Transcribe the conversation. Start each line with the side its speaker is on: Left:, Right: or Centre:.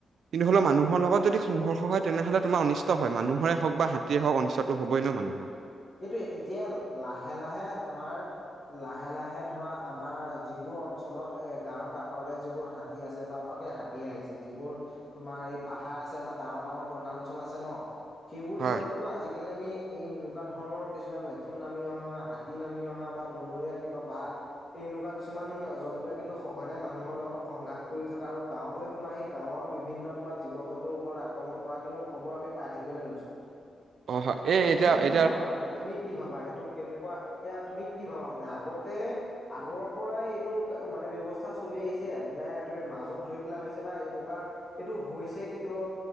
Right: কিন্তু হলে মানুহৰ লগত যদি সংঘৰ্ষ হয় তেনেহ'লে তোমাৰ অনিষ্ট হয় মানুহৰে হওক বা হাতীয়ে হওক অনিষ্টটো হবই নয় মানুহৰ।
Left: সেইটো এতিয়া লাহে লাহে আমাৰ লাহে লাহে লাহে ধৰা আমাৰ যিবোৰ অঞ্চলত গাঁৱৰ কাষৰতে যিবোৰ হাতী আছে বাৰু গিয়ে আহিছে যিবোৰ তোমাৰ এই পাহাৰ আছে বা ডাঙৰ ডাঙৰ বনাঞ্চল আছে ন। সেইবোৰ
Right: হয়
Left: জেগাত কিন্তু আজিকালি আমি এই এনেকুৱা ধৰণৰ কিছুমান মেথোন নামি অহা হাতী নামি অহা বা বনৰীয়া কিবা বাঘ। এই এনেকুৱা কিছুমান জন্তুৱে কিন্তু সঘনে মানুহৰ লগত সংঘাত কৰি থকা আৰু গাঁৱলৈ সোমাই সি গাঁৱ ৰ বিভিন্ন তোমাৰ জীৱ জন্তুৰ ওপৰত আক্ৰমণ কৰা কিন্তু খবৰ আমি পাই থাকিবলৈ লৈছো।
Right: অ হয় এ এতিয়া
Left: তুমি
Right: এ
Left: কি ভাবা মানে তুমি কি ভাবা এইটো কেনেকুৱা এতিয়া তুমি কি ভাবা মানে আগতে আগৰ পৰাই এইটো মানে ব্যৱস্থা চ চলি আহিছে নে তুমি মাজত ধৰি পেলাই হৈছে বা এনেকুৱা এইটো হৈছে কিয়